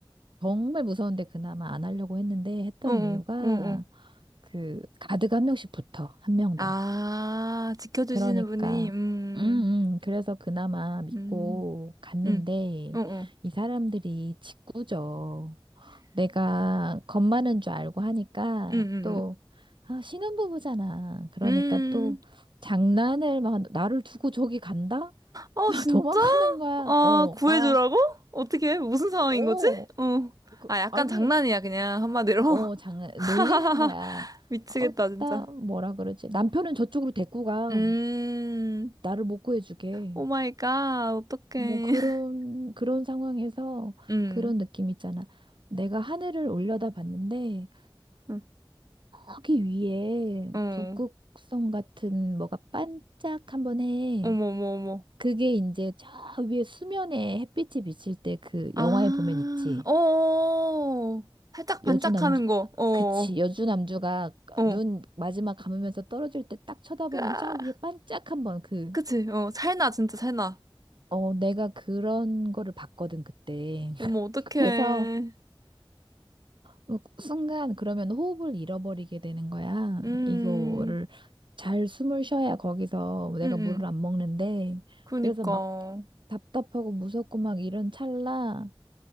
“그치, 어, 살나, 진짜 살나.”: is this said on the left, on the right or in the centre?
Right